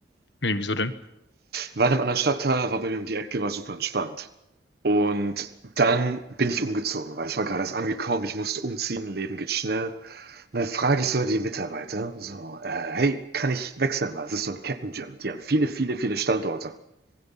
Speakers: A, on the left; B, on the right.
A: Nee, wieso denn?
B: War in einem anderen Stadtteil, war bei mir um die Ecke, war super entspannt. Und dann bin ich umgezogen, weil ich war gerade erst angekommen, ich musste umziehen, Leben geht schnell. Und dann frage ich so die Mitarbeiter, so, äh, hey, kann ich wechseln? Weil es ist so ein Kettenjump, die haben viele, viele, viele Standorte.